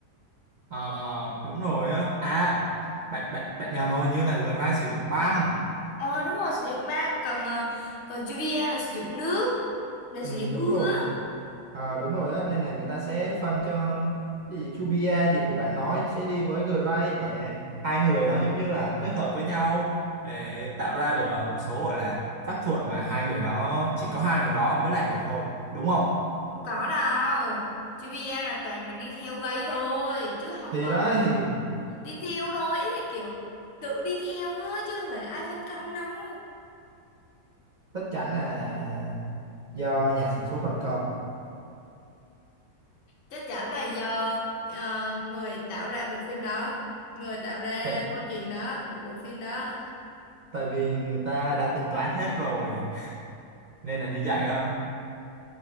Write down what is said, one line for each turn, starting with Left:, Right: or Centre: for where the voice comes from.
Right: Ờ đúng rồi á à bạn bạn bạn nhầm rồi hình như là Gray sử dụng băng
Left: Ờ đúng rồi, sử dụng băng, còn ờ, còn Juvia là sử dụng nước, là
Right: Ừ,
Left: sử dụng mưa.
Right: đúng rồi Ờ, đúng rồi á nên là người ta sẽ phân cho cái gì Chubia gì của bạn nói sẽ đi với Gray để hai người đó giống như là kết hợp với nhau để tạo ra được ờ, một số gọi là phép thuật mà hai người đó chỉ có hai người đó mới làm được thôi đúng không
Left: Không có đâu. Juvia là toàn là đi theo gây thôi, chứ không
Right: thì
Left: có
Right: đó thì
Left: đi theo thôi ý là kiểu tự đi theo á chứ không phải là ai phân công đâu
Right: chắc chắn là do nhà sản xuất phân công
Left: chắc chắn là do ờ, người tạo ra bộ phim đó người tạo ra
Right: tại,
Left: câu chuyện đó một bộ phim đó
Right: tại vì người ta đã tính toán hết rồi <laughs> nên là như vậy đó